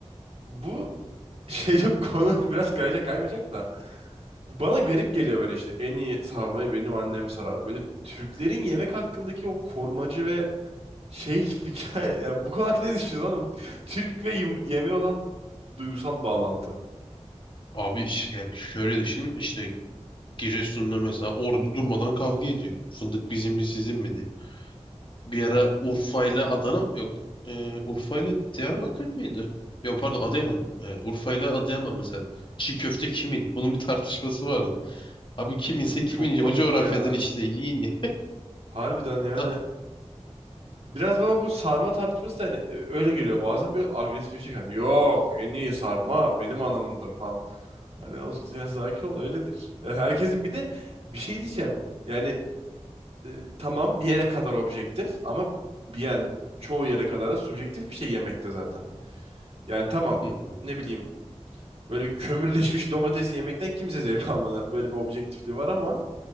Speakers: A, on the right (about 60°); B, on the left (about 45°).
A: bu şey yok <laughs> konu biraz kayacak kaymayacak da. Bu bana garip geliyor böyle işte. En iyi sarmayı benim annem sarar. Böyle Türklerin yemek hakkındaki o korumacı ve şey fikir. <laughs> Ya bu konu hakkında ne düşünüyorsun oğlum? Türk ve yum- yemeğe olan duygusal bağlantı.
B: Abi ş- yani şöyle düşün işte Giresun'da mesela ordu durmadan kavga ediyor. Fındık bizim mi sizin mi diye. Bir ara Urfa ile Adana yok. Ee, Urfa ile Diyarbakır mıydı? Yok pardon Adıyaman. Ee, Urfa ile Adıyaman mesela. Çiğ köfte kimin? Bunun bir tartışması vardı. Abi kim ise
A: Abi
B: kimin?
A: çok komik
B: O coğrafyadan
A: ya.
B: işte yiyin ya.
A: Harbiden yani
B: Da-
A: Biraz bana bu sarma tartışması da hani e, öyle geliyor. Bazen böyle agresifleşik hani yok en iyi sarma benim anamındır falan. Hani o ya sakin ol öyledir. E, Herkesin bir de bir şey diyeceğim. Yani e, tamam bir yere kadar objektif ama bir yani çoğu yere kadar da subjektif bir şey yemekte zaten. Yani tamam
B: Hı hı.
A: ne bileyim böyle kömürleşmiş domatesi yemekten kimse zevk <laughs> almaz. Yani böyle bir objektifliği var ama